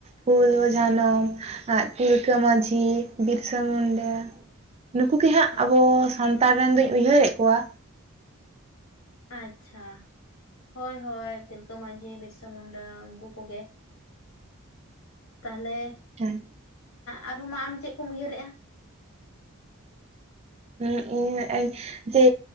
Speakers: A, on the right (about 30°); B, on the left (about 75°).
A: ᱦᱩᱞᱳ-ᱡᱷᱟᱱᱚᱢ ᱛᱤᱞᱠᱟᱹ ᱢᱟᱺᱡᱷᱤ ᱵᱤᱨᱥᱟ ᱢᱩᱱᱰᱟ᱾ ᱱᱩᱠᱩ ᱜᱮ ᱦᱟᱸᱜ
B: ᱚ
A: ᱟᱵᱚ ᱥᱟᱱᱛᱟᱲ ᱨᱮᱱ ᱫᱩᱧ ᱩᱭᱦᱟᱹᱨᱮᱫ ᱠᱚᱣᱟ᱾
B: ᱟᱪᱪᱷᱟ ᱦᱳᱭ ᱦᱳᱭ ᱛᱤᱞᱠᱟᱹ ᱢᱟᱺᱡᱷᱤ ᱵᱤᱨᱥᱟ ᱢᱩᱱᱰᱟ ᱩᱱᱠᱩ ᱠᱚᱜᱮ᱾ ᱛᱟᱦᱞᱮ,
A: <unintelligible>
B: ᱟᱨᱦᱚᱸ ᱢᱟ ᱟᱢ ᱪᱮᱫ ᱠᱚᱢ ᱩᱭᱦᱟᱹᱨᱮᱜᱼᱟ ᱾
A: <unintelligible> ᱡᱮ